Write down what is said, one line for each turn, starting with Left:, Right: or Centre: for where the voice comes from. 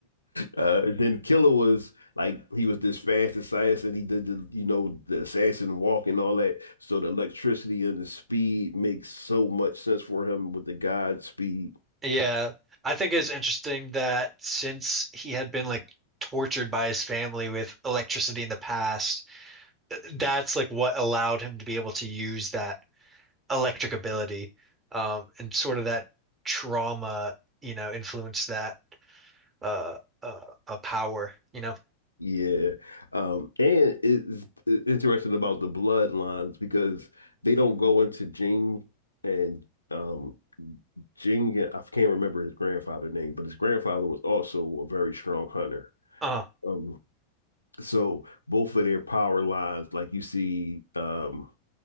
Left: uh, then Killer was like he was this fast assassin. He did the you know the assassin walk and all that. So the electricity and the speed makes so much sense for him with the God speed.
Right: Yeah. I think it's interesting that since he had been like tortured by his family with electricity in the past, that's like what allowed him to be able to use that electric ability, um, and sort of that trauma, you know, influenced that uh, uh, uh power, you know.
Left: Yeah. Um, and it's, it's interesting about the bloodlines because they don't go into Jing and um Jing, I can't remember his grandfather name, but his grandfather was also a very strong hunter.
Right: Uh,
Left: Um, So both of their power lines, like you see, um,